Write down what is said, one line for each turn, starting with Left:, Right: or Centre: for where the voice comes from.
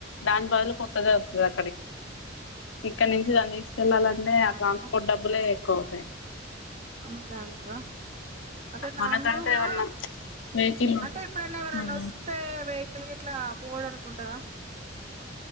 Left: దాని బదులు కొత్తగా అ ఇక్కడ నుంచి
Right: అంతే
Left: దాన్ని తీసుకెళ్ళాలంటే ఆ
Right: అంటారా
Left: ట్రాన్స్పోర్ట్ డబ్బులు ఇంకా ఎక్కువైతాయి
Right: అంతే అంటారా అంటే నార్మల్గా
Left: మనకంటే ఏమన్నా వెహికల్
Right: అంటే ఇప్పుడైనా ఎవరన్న
Left: ఉం
Right: వస్తే వే గీట్లా పోవడానికి ఉండదా